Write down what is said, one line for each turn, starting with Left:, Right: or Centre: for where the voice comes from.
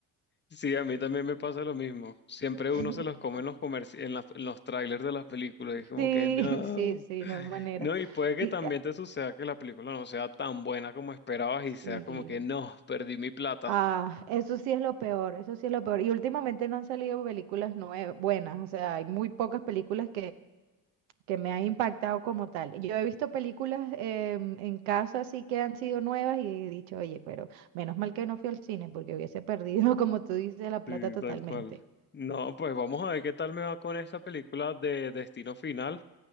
Left: Sí, a mí también me pasa lo mismo. Siempre
Right: <laughs>
Left: uno se los come en los comerci- en las- en los trailers de las películas. Y es como
Right: Sí,
Left: que no.
Right: sí, sí,
Left: <laughs>
Right: no hay manera.
Left: No, y puede que
Right: Y
Left: también
Right: ah,
Left: te suceda que la película no sea tan buena como esperabas
Right: sí.
Left: y sea como que no, perdí mi plata.
Right: Ah, eso sí es lo peor, eso sí es lo peor. Y últimamente no han salido películas nuevas, buenas, o sea, hay muy pocas películas que me ha impactado como tal. Yo he visto películas em, en casa así que han sido nuevas y he dicho, oye, pero menos mal que no fui al cine porque hubiese perdido, <laughs> como tú dices, la
Left: Sí,
Right: plata totalmente.
Left: tal cual. No, pues vamos a ver qué tal me va con esta película de Destino Final.